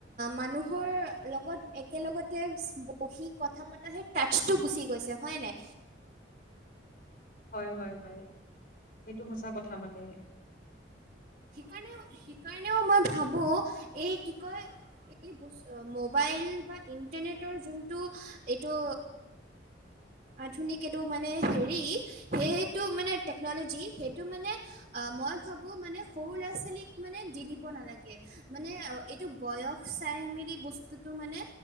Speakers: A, on the right; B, on the left.
A: মানুহৰ লগত একেলগতে বহি কথা পাতা সেই টাচটো গুচি গৈছে হয় নাই।
B: হয় হয় হয় সেইটো সঁচা কথা মানে।
A: সেইকাৰণে-সেইকাৰণেও মই ভাবোঁ এই কি কয় এই মোবাইল বা ইণ্টাৰনেটৰ যোনটো এইটো আধুনিক এইটো মানে হেৰি সেইটো মানে টেকন'লজি সেইটো মানে অ', মই ভাবো মানে সৰু ল'ৰা ছোৱালীক মানে দি দিব নালাগে মানে এইটো বয়স চাই মেলি বস্তুটো মানে